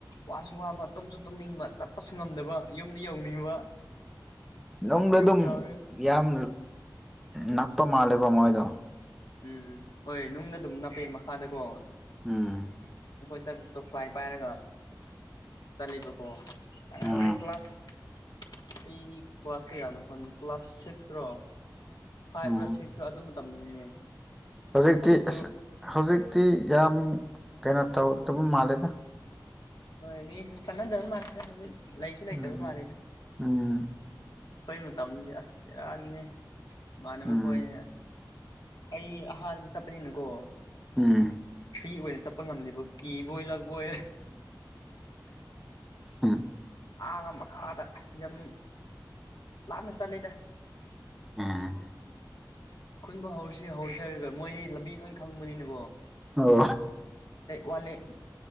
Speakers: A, on the left (about 75°); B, in the centre.
A: ꯋꯥꯁꯨ ꯋꯥꯕ ꯇꯨꯝꯁꯨ ꯇꯨꯝꯅꯤꯡꯕ ꯆꯠꯄꯁꯨ ꯉꯝꯗꯕ ꯌꯨꯝꯗ ꯌꯧꯅꯤꯡꯕ
B: ꯎꯝ ꯅꯨꯡꯗ
A: ꯌꯨꯝ
B: ꯑꯗꯨꯝ
A: ꯌꯥꯔꯦ
B: ꯌꯥꯝ ꯅꯞꯄ ꯃꯥꯜꯂꯦꯀꯣ ꯃꯣꯏꯗꯣ
A: ꯎꯝ ꯍꯣꯏ ꯅꯨꯡꯅ ꯑꯗꯨꯝ ꯅꯞꯄꯦ ꯃꯈꯥꯗꯀꯣ
B: ꯎꯝ
A: ꯑꯩꯈꯣꯏ ꯆꯠꯄ ꯇꯣꯐ꯭ꯂꯥꯏ ꯄꯥꯏꯔꯒ ꯆꯠꯂꯤꯕꯀꯣ ꯑꯉꯥꯡ
B: ꯎꯝ
A: ꯑꯣꯏ ꯀ ꯀ꯭ꯂꯥꯁꯥꯁ ꯑꯩ ꯀ꯭ꯂꯥꯁ ꯀꯌꯥꯅꯣ ꯈꯪꯉꯦ ꯀ꯭ꯂꯥꯁ ꯁꯤꯛꯁ꯭ꯔꯣ ꯐꯥꯏꯚ
B: ꯎꯝ
A: ꯔꯥ ꯁꯤꯛꯁꯁꯨꯥ ꯑꯗꯨ ꯃꯇꯝꯗꯅꯤꯅꯦ
B: ꯍꯧꯖꯤꯛꯇꯤ
A: ꯑꯗꯨꯁꯨ
B: ꯑꯁ ꯍꯧꯖꯤꯛꯇꯤ ꯌꯥꯝ ꯀꯩꯅꯣ ꯇꯧꯗꯕ ꯃꯥꯜꯂꯦꯗ
A: ꯍꯣꯏ ꯃꯤꯁꯨ ꯆꯥꯟꯅꯗꯕ ꯃꯥꯜꯂꯤꯦꯗ ꯍꯧꯖꯤꯛ ꯂꯩꯁꯨ ꯂꯩꯇꯕ
B: ꯎꯝ
A: ꯃꯥꯜꯂꯤꯅꯦ
B: ꯎꯝ
A: ꯑꯩꯈꯣꯏ ꯃꯇꯝꯗꯤ ꯑꯁ ꯏꯔꯥꯟꯅꯤ ꯏꯥꯟꯅꯕ
B: ꯎꯝ
A: ꯈꯣꯏꯅꯦ ꯑꯁ ꯑꯩ ꯑꯍꯥꯟꯕ ꯆꯄꯅꯤꯅꯀꯣ
B: ꯎꯝ
A: ꯑꯣꯏꯅ ꯆꯠꯄ ꯉꯝꯂꯤꯕ ꯀꯤꯕꯣꯏ ꯂ ꯍ
B: ꯎꯝ
A: ꯑꯥꯒ ꯃꯈꯥꯗ ꯑꯁ ꯌꯥꯝ ꯂꯥꯞꯅ ꯆꯠꯂꯤꯗ
B: ꯎꯝ
A: ꯈꯨꯟꯕ ꯍꯧꯁꯤ ꯍꯧꯁꯤ ꯍꯥꯏꯔꯒ ꯃꯣꯏꯗꯤ ꯂꯝꯕꯤ ꯂꯣꯏ ꯈꯪꯕꯅꯤꯅ ꯠꯂꯦ
B: ꯑꯣ
A: ꯋꯥꯠꯂꯦ